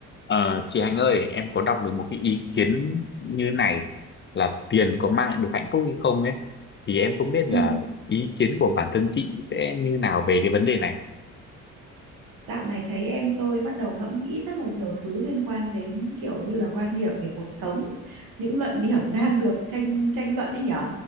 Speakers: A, on the left (about 30°); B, on the right (about 65°).
A: Ờ, chị Hạnh ơi, em có đọc được một cái ý kiến như này là tiền có mang lại được hạnh phúc hay không ấy thì em không biết
B: Ừ,
A: là ý kiến của bản thân chị sẽ như nào về cái vấn đề này.
B: dạo này thấy em tôi bắt đầu ngẫm nghĩ rất là nhiều thứ liên quan đến kiểu như là quan điểm về cuộc sống, những luận điểm <laughs> đang được tranh tranh luận đấy nhở.